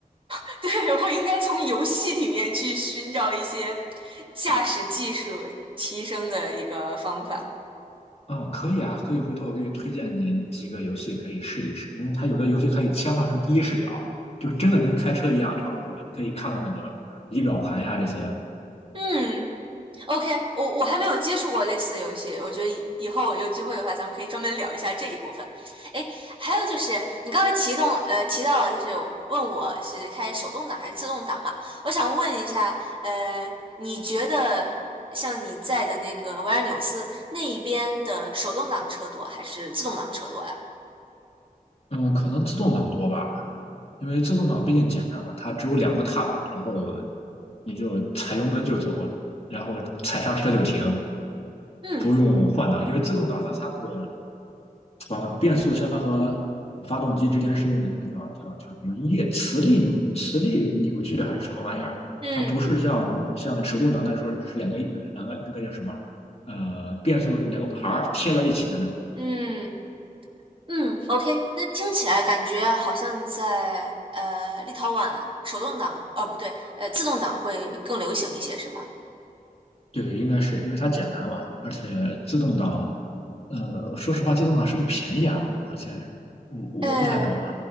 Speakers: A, on the right; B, on the left.
A: <laughs> 对，我应该从游戏里面去寻找一些驾驶技术提升的一个方法。
B: 嗯，可以啊，可以，回头我给你推荐你几个游戏可以试一试，因为它有的游戏可以切换成第一视角，就真的跟开车一样差不多，你可以看到那个仪表盘呀这些。
A: 嗯，OK，我我还没有接触过类似的游戏，我觉得以以后有机会的话，咱们可以专门聊一下这一部分。哎，还有就是你刚才提动呃提到了，就是问我是开手动挡还是自动挡嘛？我想问一下，呃，你觉得像你在的那个维尔纽斯那一边的手动挡车多还是自动挡车多呀？
B: 嗯，可能自动挡多吧，因为自动挡毕竟简单嘛，它只有两个踏板，然后你就踩油门就走，然后踩刹车就停，
A: 嗯
B: 不用换挡，因为自动挡呢，它那个和变速箱和发动机之间是用的那个叫叫叫什么液磁力扭磁力扭矩还是什么玩意儿？
A: 嗯
B: 它不是像像手动挡那时候是两个两个那个叫什么呃变速两个盘儿贴在一起的那种。
A: 嗯。嗯，OK，那听起来感觉好像在呃立陶宛手动挡，呃不对，呃自动挡会更流行一些，是吧？
B: 对，应该是因为它简单嘛，而且自动挡呃说实话自动挡是不是便宜啊？而且我我不太懂啊。
A: 呃